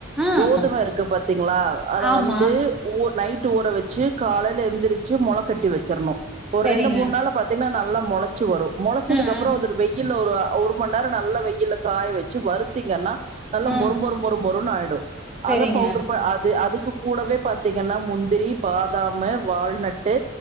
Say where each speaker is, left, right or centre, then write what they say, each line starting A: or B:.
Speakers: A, in the centre; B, on the right.
A: ம்
B: கோதும இருக்கு பாத்தீங்களா அத
A: ஆமா
B: வந்து ஓர் நைட் ட்டு ஊற வச்சு காலையையில எந்திரிச்சு மொள கட்டி வச்சிறணு ஒரு
A: சேரிங்க
B: ரெண்டு மூணு நாள்ள பாத் த்தீங்னா நல்லா மொளச்சு வரு மொளச்சதுக்கு
A: ம்
B: அப்புறோ
A: ம்
B: அதோட வெயிட்டு வெயில்ல ஒரு ஒரு மணி நேரோ நல்ல வெயில்ல காய வச்சு வருத்தீங்கன்னா நல்லா
A: ம்
B: மொறு மொறு மொறு மொறுன்னாயிடு
A: சேரிங்க
B: அத பௌடர் அது அதுக்கு கூடவே பாத்திங்கன்னா முந்த முந்திரி பாதாமு வால்நட்டு